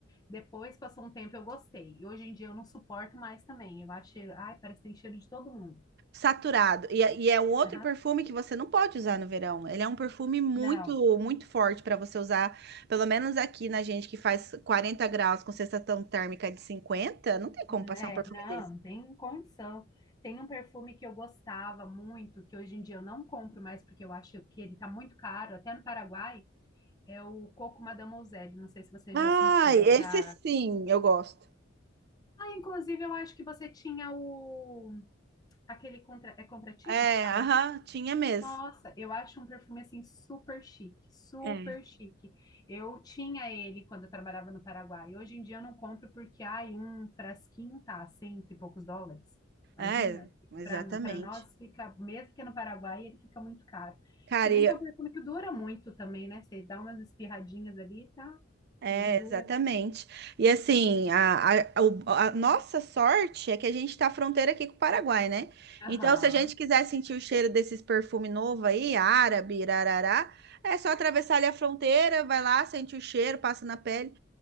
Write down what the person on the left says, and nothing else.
Depois passou um tempo, eu gostei. E hoje em dia eu não suporto mais também. Eu acho, ai, parece que tem cheiro de todo mundo.
Aham.
Não,
né?
Não,
não tem condição. Tem um perfume que eu gostava muito, que hoje em dia eu não compro mais porque eu acho que ele tá muito caro, até no Paraguai, é o Coco Mademoiselle. Não sei se você
já sentiu, é
da
Ah, inclusive eu acho que você tinha o aquele contra é contratipo
que fala,
né?
Nossa, eu acho um perfume assim super chique, super
chique. Eu tinha ele quando eu trabalhava no Paraguai. Hoje em dia eu não compro porque ai, um frasquinho tá cento e poucos dólares. Imagina?
Para para nós fica, mesmo que é no Paraguai, ele fica muito caro.
Se bem
que é um perfume que dura muito também, né? Você dá umas espirradinhas ali, tá?
Ele dura.
Aham,